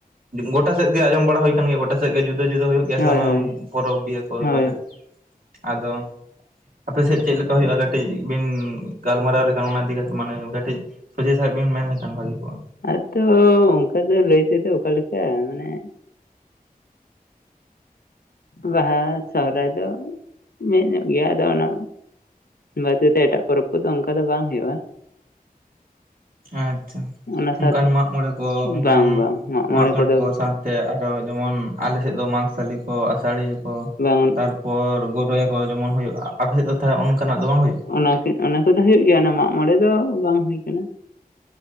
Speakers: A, on the right; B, on the left.
A: ᱜᱚᱴᱟ ᱥᱮᱫ ᱜᱮ ᱟᱸᱡᱚᱢ ᱵᱟᱲᱟ ᱦᱩᱭ ᱠᱟᱱ ᱜᱮᱭᱟ ᱜᱚᱴᱟ ᱥᱮᱫ ᱜᱮ ᱡᱩᱫᱟᱹ ᱡᱩᱫᱟᱹ ᱦᱩᱭᱩᱜ ᱜᱮ
B: ᱦᱳᱭ
A: ᱥᱮ ᱚᱱᱟ
B: ᱦᱳᱭ
A: ᱯᱚᱨᱚᱵᱽ ᱵᱤᱦᱟᱹ ᱠᱚ
B: ᱦᱳᱭ
A: ᱢᱟᱱᱮ ᱟᱫᱚ ᱟᱯᱮᱥᱮᱫ ᱪᱮᱫ ᱞᱮᱠᱟ ᱦᱩᱭᱩᱜᱼᱟ᱾ ᱠᱟᱹᱴᱤᱡ ᱵᱤᱱ ᱜᱟᱞᱢᱟᱨᱟᱣ ᱞᱮᱠᱷᱟᱱ ᱚᱱᱟ ᱤᱫᱤ ᱠᱟᱛᱮᱫ ᱢᱟᱱᱮ ᱠᱟᱹᱴᱤᱡ ᱥᱚᱡᱷᱮ ᱥᱟᱦᱮᱵ ᱵᱮᱱ ᱢᱮᱱ ᱞᱮᱠᱷᱟᱱ ᱵᱷᱟᱹᱜᱤ ᱠᱚᱜᱼᱟ᱾
B: ᱟᱫᱚ ᱚᱱᱠᱟ ᱫᱚ ᱞᱟᱹᱭ ᱛᱮᱫᱚ ᱚᱠᱟᱞᱮᱠᱟ ᱢᱟᱱᱮ ᱵᱟᱦᱟ ᱥᱚᱦᱚᱨᱟᱭ ᱫᱚ ᱢᱤᱫ ᱧᱚᱜ ᱜᱮᱭᱟ ᱟᱫᱚ ᱚᱱᱟ ᱵᱟᱫ ᱠᱟᱛᱮᱫ ᱮᱴᱟᱜ ᱯᱚᱨᱚᱵᱽ ᱠᱚᱫᱚ ᱚᱱᱠᱟ ᱫᱚ ᱵᱟᱝ ᱦᱩᱭᱩᱜᱼᱟ᱾
A: ᱟᱪᱪᱷᱟ,
B: ᱚᱱᱟ ᱥᱟᱶ
A: ᱚᱱᱠᱟᱱ ᱢᱟᱜ ᱢᱚᱬᱮ ᱠᱚ ᱚᱱᱠᱟᱱ
B: ᱵᱟᱝ ᱵᱟᱝ
A: ᱢᱟᱜ
B: ᱠᱚᱫᱚ
A: ᱢᱚᱬᱮ ᱠᱚ ᱥᱟᱶᱛᱮ ᱛᱮ ᱟᱨᱚ ᱡᱮᱢᱚᱱ ᱟᱞᱮᱥᱮᱫ ᱫᱚ ᱢᱟᱜᱽᱥᱟᱞᱤ ᱠᱚ ᱟᱥᱟᱲᱤᱭᱟᱹ ᱠᱚ
B: ᱵᱟᱝ
A: ᱛᱟᱨ ᱯᱚᱨ ᱜᱚᱨᱭᱟ ᱠᱚ ᱡᱮᱢᱚᱱ ᱦᱩᱭᱩᱜᱼᱟ᱾ ᱟᱯᱮ ᱥᱮᱫ ᱫᱚ ᱛᱟᱦᱚᱞᱮ ᱚᱱᱠᱟᱱᱟᱜ ᱫᱚ ᱵᱟᱝ ᱦᱩᱭᱩᱜᱼᱟ?
B: ᱚᱱᱟ ᱚᱱᱟ ᱠᱚᱫᱚ ᱦᱩᱭᱩᱜ ᱜᱮᱭᱟ ᱢᱟᱜ ᱢᱚᱬᱮ ᱫᱚ ᱵᱟᱝ ᱦᱩᱭ ᱠᱟᱱᱟ